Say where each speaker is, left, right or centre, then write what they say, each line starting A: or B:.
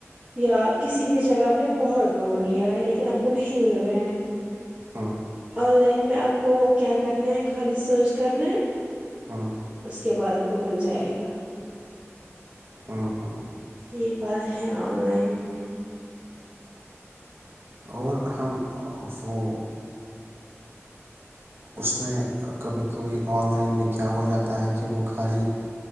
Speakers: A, on the right; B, on the right.
A: یا کسی بھی جگہ آپ نے بہت ڈھونڈ لیا ہے لیکن آپ کو نہیں مل رہا
B: ہاں
A: آن لائن میں آپ کو کیا کرنا ہے خالی سرچ کرنا ہے
B: ہاں
A: اس کے بعد آپ کو مل جائے گا
B: ہاں ہاں
A: یہ بات ہے آن لائن میں
B: اور ہم وہ اس میں کبھی کبھی آن لائن میں کیا ہو جاتا ہے کہ وہ خالی